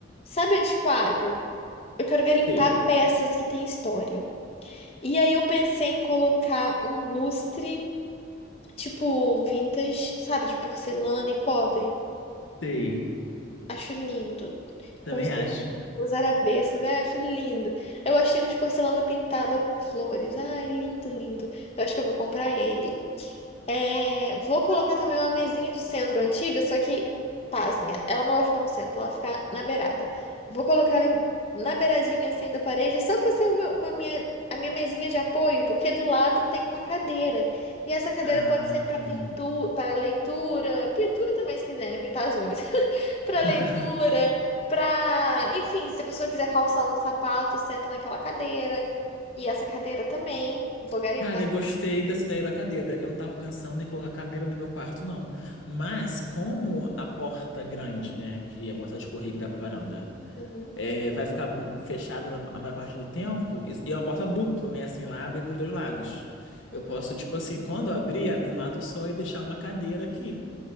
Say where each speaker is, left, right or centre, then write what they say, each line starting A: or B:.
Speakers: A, on the left; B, on the left.
A: sabe, antiquário? Eu quero garimpar
B: sei,
A: peças que têm história. E aí eu pensei em colocar um lustre, tipo vintage, sabe, de porcelana e cobre.
B: sei.
A: Acho lindo.
B: Também
A: Com os, de-
B: acho.
A: os arabescos, ai, acho lindo. Eu achei um de porcelana pintada com flores. Ai, lindo, lindo. Eu acho que eu vou comprar ele. É, vou colocar também uma mesinha de centro antiga, só que, pasme, ela não vai ficar no centro, ela vai ficar na beirada. Vou colocar ela em- na beiradinha assim da parede, só para ser uma, uma minha, a minha mesinha de apoio, porque do lado tem uma cadeira. E essa cadeira
B: Ah.
A: pode ser para pintura, para leitura, pintura também se quiser, né? Pintar as unhas. <laughs> Para
B: <laughs>
A: leitura, para, enfim, se a pessoa quiser calçar um sapato, senta naquela cadeira. E essa cadeira também, vou garimpar.
B: Cara, eu gostei dessa ideia da cadeira. Eu não tava pensando em colocar cadeira no meu quarto, não. Mas como a porta grande, né, que é a porta de correr que dá pra varanda,
A: Uhum,
B: é, vai ficar fechada a maior parte do tempo, e e é uma porta dupla, né, assim, lá abre pros dois lados.
A: uhum.
B: Eu posso, tipo assim, quando eu abrir, abrir um lado só e deixar uma cadeira aqui,